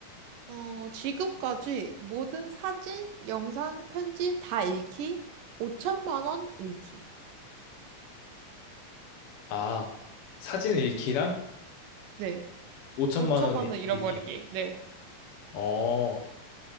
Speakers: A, on the right; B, on the left.
A: 어, 지금까지 모든 사진, 영상, 편지 다 잃기, 5천만 원 잃기.
B: 아, 사진 일 기랑
A: 네.
B: 5천만
A: 5천만
B: 원 일
A: 원 잃어버리기.
B: 기
A: 네.
B: 어,